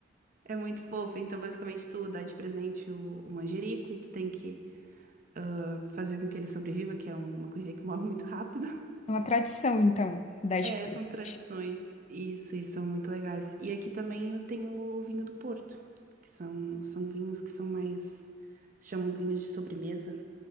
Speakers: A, on the right; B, on the left.
A: É muito fofo. Então, basicamente, tu dá de presente o, o manjerico e tu tem que ah, fazer com que ele sobreviva, que é uma coisinha que morre muito rápido.
B: uma tradição, então, dar
A: É,
B: de presente.
A: são tradições. Isso, e são muito legais. E aqui também eu tenho o vinho do Porto, que são, são vinhos que são mais. Chamam vinhos de sobremesa.